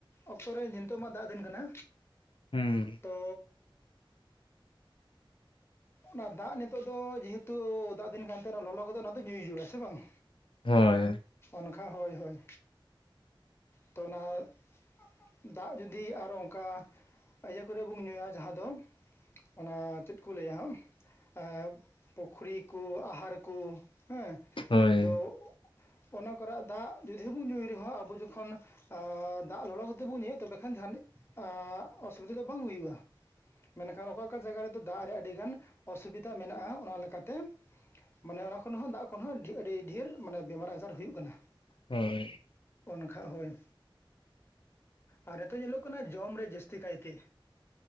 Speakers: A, on the left; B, on the left.
A: ᱚᱠᱛᱚ ᱨᱮ ᱱᱤᱛᱚᱜ ᱢᱟ ᱫᱟᱜ ᱫᱤᱱ ᱠᱟᱱᱟ᱾
B: ᱦᱩᱸ
A: ᱛᱚᱻ ᱫᱟᱜ ᱱᱤᱛᱳᱜ ᱫᱚ ᱡᱮᱦᱮᱛᱩ ᱫᱟᱜ ᱫᱤᱱ ᱠᱟᱱ ᱛᱚ ᱚᱱᱟ ᱞᱚᱞᱚ ᱠᱚᱫᱚ ᱚᱱᱟ ᱫᱚ ᱧᱩᱩᱭ ᱦᱩᱭᱩᱜᱼᱟ, ᱥᱮ ᱵᱟᱝ?
B: ᱦᱳᱭ᱾
A: ᱢᱮᱱᱠᱷᱟ ᱦᱳᱭ ᱦᱳᱭ, ᱛᱚ ᱚᱱᱟ ᱫᱟᱜ ᱡᱩᱫᱤ ᱟᱨᱚ ᱚᱱᱠᱟ, ᱤᱭᱟᱹ ᱠᱚᱨᱮ ᱵᱚᱱ ᱧᱩᱭᱟ ᱡᱟᱦᱟᱸ ᱫᱚ, ᱚᱱᱟ ᱪᱮᱫ ᱠᱚ ᱞᱟᱹᱭᱟ ᱦᱟᱸᱜ, ᱟᱸ ᱯᱩᱠᱷᱨᱤ ᱠᱚ ᱟᱦᱟᱨ ᱠᱩ ᱦᱮᱸ
B: ᱦᱳᱭ
A: ᱟᱫᱚ ᱚᱱᱟ ᱠᱚᱨᱮ ᱫᱟᱜ ᱡᱩᱫᱤᱵᱚᱱ ᱧᱩᱭ ᱨᱮᱦᱚᱸ, ᱟᱵᱚ ᱡᱚᱠᱷᱚᱱ ᱟᱸᱻ ᱫᱟᱜ ᱞᱚᱞᱚ ᱠᱟᱛᱮᱜ ᱵᱚᱱ ᱧᱩᱭᱟ ᱛᱚᱵᱮ ᱠᱷᱟᱱ ᱡᱟᱱᱤᱡ ᱚᱥᱩᱵᱤᱫᱷᱟ ᱫᱚ ᱵᱟᱝ ᱦᱩᱭᱩᱜᱼᱟ᱾ ᱢᱟᱱᱮ ᱚᱠᱟ ᱚᱠᱟ ᱡᱟᱭᱜᱟ ᱨᱮᱫᱚ ᱫᱟᱜ ᱨᱮ ᱟᱹᱰᱤ ᱜᱟᱱ ᱚᱥᱩᱵᱤᱫᱟ ᱢᱮᱱᱟᱜᱼᱟ ᱚᱱᱟ ᱞᱮᱠᱟᱛᱮ ᱢᱟᱱᱮ ᱚᱱᱟ ᱠᱷᱚᱱ ᱦᱚᱸ ᱫᱟᱜ ᱠᱷᱚᱱ ᱦᱚᱸ ᱟᱹᱰᱤ ᱰᱷᱮᱨ ᱢᱟᱱᱮ ᱵᱮᱢᱟᱨ ᱟᱡᱟᱨ ᱦᱩᱭᱩᱜ ᱠᱟᱱᱟ᱾
B: ᱦᱳᱭ
A: ᱚᱱᱠᱷᱟ ᱦᱳᱭ, ᱟᱨ ᱱᱤᱛᱚᱜᱜ ᱧᱮᱞᱚᱜ ᱠᱟᱱᱟ ᱡᱚᱢ ᱨᱮ ᱡᱟᱹᱥᱛᱤ ᱠᱟᱭᱛᱮ